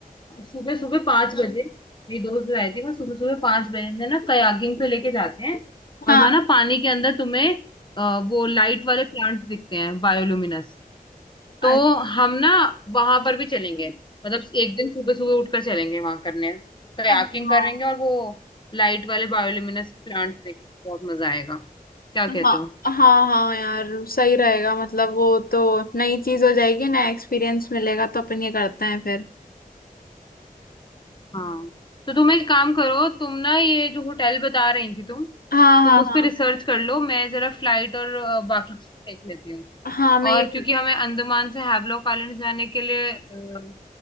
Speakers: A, on the left; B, on the left.
A: सुबह सुबह पांच बजे मेरी दोस्त बता रही थी वहाँ सुबह सुबह पांच बजे ना कयाकिंग पे लेके जाते हैं और
B: हाँ
A: वहां ना पानी के अंदर तुम्हें अ, वो लाइट वाले प्लांट्स दिखते हैं बायोलुमिनस
B: अ-
A: तो हम ना वहां पर भी चलेंगे मतलब एक दिन सुबह सुबह उठकर चलेंगे वहां करने कयाकिंग
B: हाँ
A: करेंगे और वो लाइट वाले बायोल्यूमिनेस प्लांट देखेंगे बहुत मजा आएगा क्या कहते
B: हाँ
A: हो
B: हाँ हाँ यार सही रहेगा मतलब वो तो नई चीज हो जाएगी नया एक्सपीरियंस मिलेगा तो अपन ये करते हैं फिर
A: हाँ तो तुम एक काम करो तुम ना ये जो होटल बता रही थी तुम
B: हाँ
A: तुम
B: हाँ
A: उस
B: हाँ
A: पर रिसर्च कर लो मैं जरा फ्लाइट और अ, बाकी चीजें देख लेती हूँ
B: हाँ मैं
A: और
B: ये
A: क्योंकि हमें अंडमान से हैवलॉक आइलैंड जाने के लिए अ,